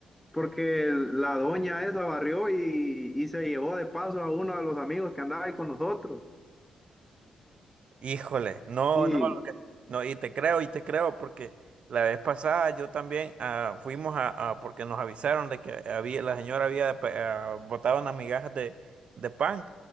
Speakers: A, in the centre; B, on the right (about 60°).
A: porque la doña esa barrió y, y se llevó de paso a uno de los amigos que andaba ahí con nosotros.
B: híjole, no,
A: Y,
B: no, lo que- no, y te creo, y te creo, porque la vez pasada yo también ah, fuimos a, a- porque nos avisaron de que había, la señora había pe- ah, botado unas migajas de, de pan